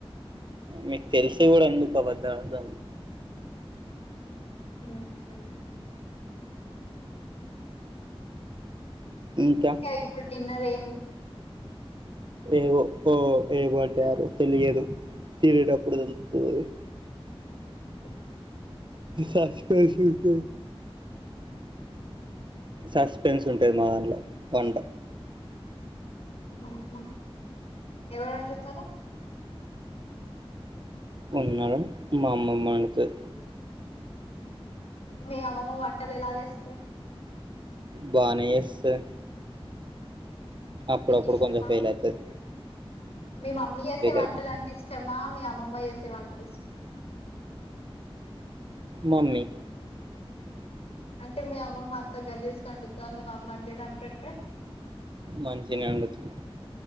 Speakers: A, on the right (about 50°); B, on the left (about 80°).
A: మీకు తెలిసి కూడా ఎందుకు అబద్ధాలు ఆడుతల్లు
B: ఉహూ
A: ఇంకా
B: ఇప్పుడు డిన్నర్ ఏం
A: ఏవు ఓ ఏమంటారు తెలియదు తినేటప్పుడు తెలుతది అది
B: <inaudible>
A: సస్పెన్స్ ఉంటది సస్పెన్స్ ఉంటుది మా దాంట్ల వన్
B: ఆహా ఎవరు వండుతారు
A: ఉన్నారూ మా అమ్మమ్మ అండుతది
B: మీ అమ్మమ్మ వంటలు ఎలా చేస్తాది
A: బానే చేస్తది అప్పుడప్పుడు
B: మీకు ఇష్టమా
A: కొంచెం ఫెయిల్ అవుతది
B: మీ మమ్మీ చేసే వంటలు
A: అయితది
B: అంటే ఇష్టమా మీ అమ్మమ్మ చేసే వంటలు ఇష్టమా
A: మమ్మీ
B: అంటే మీ అమ్మమ్మ అంత గలీస్ అండుతాద మా అమ్మ వండే దానికంటే
A: మంచిగనే వండుతది